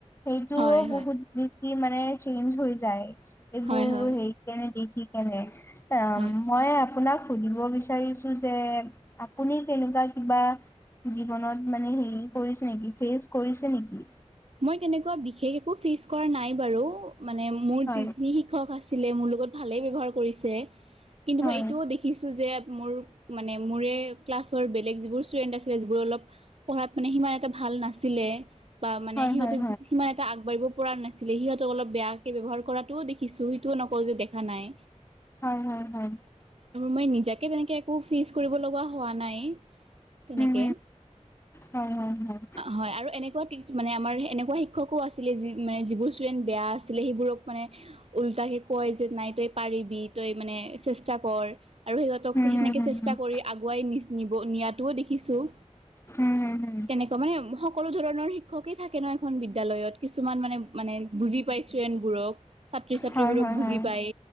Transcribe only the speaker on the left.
সেইটোও
বহুত বেছি মানে চেঞ্জ হৈ যায়, এইবোৰ
হেৰি- কেনে দেখি কেনে, এম
মই আপোনাক সুধিব বিচাৰো- বিচাৰিছো যে, আপুনি- তেনেকুৱা কিবা জীৱনত মানে হেৰি কৰিছে নেকি ফেচ কৰিছে নেকি?
হয়
হয়
হয়
হয়
হয় হয় হয়।
উম হম হম হয় হয় হয়
উম
হম হম
হম
হম হুম হুম।
হয় হয়
হয়